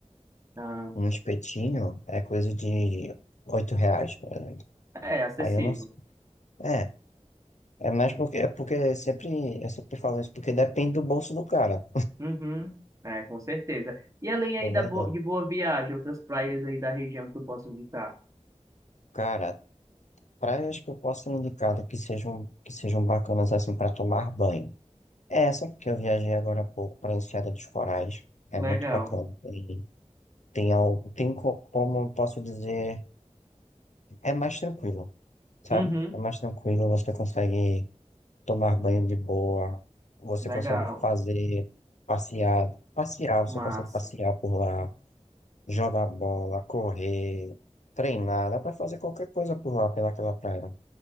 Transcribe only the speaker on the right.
Ah,
é acessível.
Uhum. É, com certeza. E além aí
da bo de Boa Viagem, outras praias aí da região que tu possa visitar?
Legal.
Uhum.
Legal.
Massa.